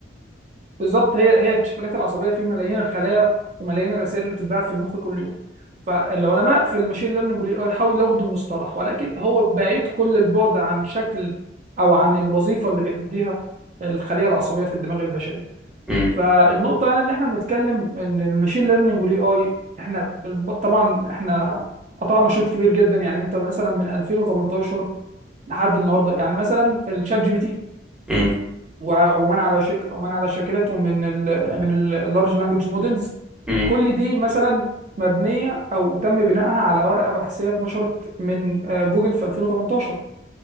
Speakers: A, on the right; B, in the centre.
A: بالظبط هي هي الشبكات العصبية في ملايين الخلايا وملايين الرسائل اللي بتتبعت في المخ كل يوم فالعلماء في الماشين ليرنينج والاي اي حاولوا ياخدوا المصطلح ولكن هو بعيد كل البعد عن شكل أو عن الوظيفة اللي بيأديها الخلية العصبية في الدماغ البشري
B: امم
A: فالنقطة هنا اللي احنا بنتكلم ان الماشين ليرنينج والاي اي احنا الب- طبعا احنا قطعنا شوط كبير جدا يعني انت مثلا من 2018 لحد النهارده يعني مثلا الشات جي بي تي
B: امم
A: وع- ومن على شك ومن على شاكلته من ال من اللارج لانجوج مودلز
B: امم
A: كل دي مثلا مبنية او تم بنائها على ورقة بحثية اتنشرت من آه، جوجل في 2018